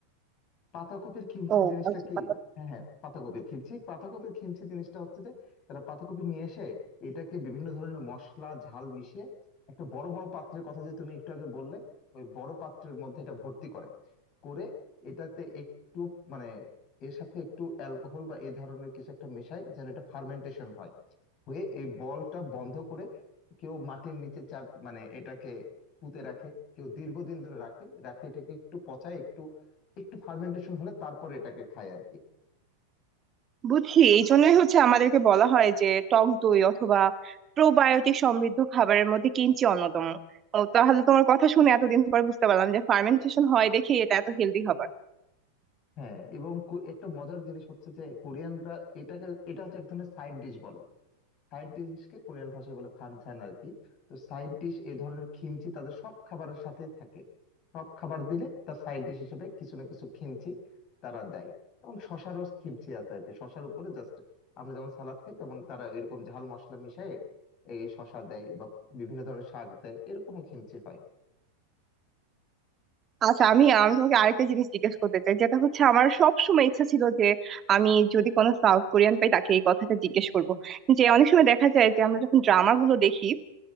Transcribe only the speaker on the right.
ও
আচ্ছা
বুঝছি এই জন্যই হচ্ছে আমাদেরকে বলা হয় যে টক দই অথবা প্রোবায়োটিক সমৃদ্ধ খাবারের মধ্যে কিঞ্চি অন্যতম ও তাহলে তোমার কথা শুনে এতদিন পর বুঝতে পারলাম যে ফার্মেন্টেশন হয় দেখে এটা এত হেলদি হবে
আচ্ছা আমি আমি তোমাকে আরেকটা জিনিস জিজ্ঞেস করতে চাই যেটা হচ্ছে আমার সব সময় ইচ্ছা ছিল যে আমি যদি কোনো সাউথ কোরিয়ান পাই তাকে এই কথাটা জিজ্ঞেস করব যে অনেক সময় দেখা যায় যে আমরা যখন ড্রামা গুলো দেখি